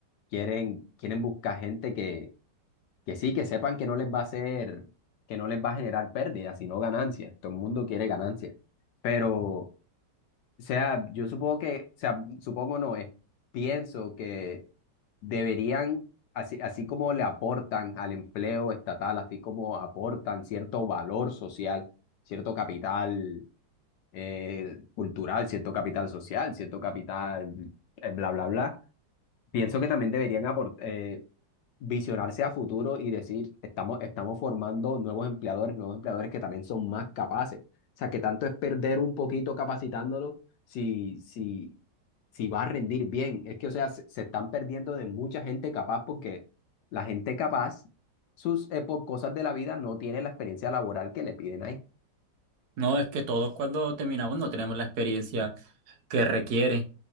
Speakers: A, on the left; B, on the right.
A: Quieren, quieren buscar gente que Que sí, que sepan que no les va a hacer, que no les va a generar pérdidas, sino ganancias. Todo el mundo quiere ganancias. Pero, o sea, yo supongo que, o sea, supongo no, es, pienso que deberían, así, así como le aportan al empleo estatal, así como aportan cierto valor social, cierto capital eh, cultural, cierto capital social, cierto capital, eh, bla, bla, bla. Pienso que también deberían aportar visionarse a futuro y decir, estamos, estamos formando nuevos empleadores, nuevos empleadores que también son más capaces. O sea, que tanto es perder un poquito capacitándolos si, si, si va a rendir bien. Es que, o sea, se, se están perdiendo de mucha gente capaz porque la gente capaz, sus, eh, por cosas de la vida, no tiene la experiencia laboral que le piden ahí.
B: No es que todos cuando terminamos no tenemos la experiencia que requiere.